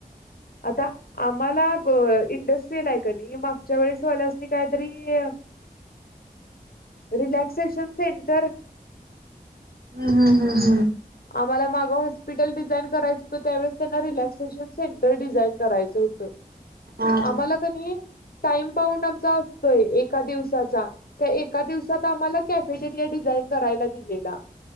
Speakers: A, on the left; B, on the right.
A: आता आम्हाला ब इंडस्ट्रीयल आहे का नाही मागच्या वेळेस वल्यासनी काहीतरी अ रिलॅक्सेशन सेंटर
B: हम् हम् हं हम
A: आम्हाला मागं हॉस्पिटल डिझाईन करायचं होतं त्यावेळेस त्यांना रिलॅक्सेशन सेंटर डिझाईन करायचं होतं
B: हा
A: आम्हाला कनी टाइम बाउंड आमचा असतोय एका दिवसाचा त्या एका दिवसात आम्हाला कॅफेटेरिया डिझाईन करायला दिलेला